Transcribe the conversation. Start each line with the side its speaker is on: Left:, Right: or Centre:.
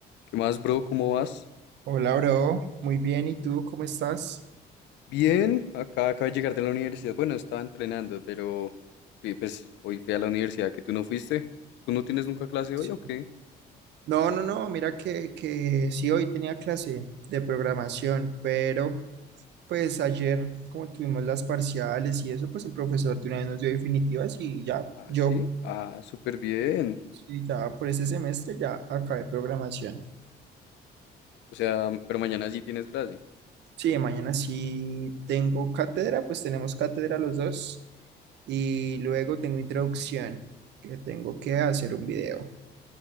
Left: ¿Qué más, bro? ¿Cómo vas?
Right: Hola, bro. Muy bien. ¿Y tú cómo estás?
Left: Bien, acá acabo de llegar de la universidad. Bueno, estaba entrenando, pero fui, pues hoy fui a la universidad que tú no fuiste. ¿Tú no tienes nunca clase
Right: Sí.
Left: hoy o qué?
Right: No, no, no. Mira que, que sí, hoy tenía clase de programación, pero pues ayer, como tuvimos las parciales y eso, pues el profesor de una vez nos dio definitivas y ya,
Left: Ah,
Right: yo,
Left: sí. Ah, súper bien.
Right: sí, ya por ese semestre ya acabé programación.
Left: O sea, pero mañana sí tienes clase.
Right: Sí, mañana sí tengo cátedra, pues tenemos cátedra los dos y luego tengo introducción, que tengo que hacer un video.